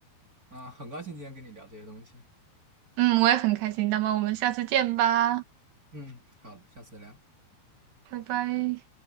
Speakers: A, on the right (about 25°); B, on the right (about 85°).
A: 啊，很高兴今天跟你聊这些东西。
B: 嗯，我也很开心。那么我们下次见吧，
A: 嗯，好的下次聊。
B: 拜拜。